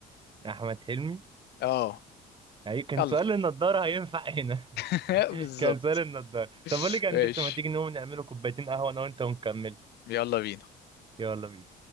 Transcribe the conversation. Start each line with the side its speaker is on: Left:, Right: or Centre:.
Right: احمد حلمي
Left: اه
Right: أي كان
Left: يلا
Right: سؤال النضارة هينفع هنا
Left: <laughs>
Right: <laughs>
Left: بالظبط
Right: كان سؤال النضارة طب أقول لك يا
Left: ماشي
Right: هندسة ما تيجي نقوم نعمله كوبايتين قهوة أنا وأنت ونكمل
Left: يلا بينا
Right: يلا بينا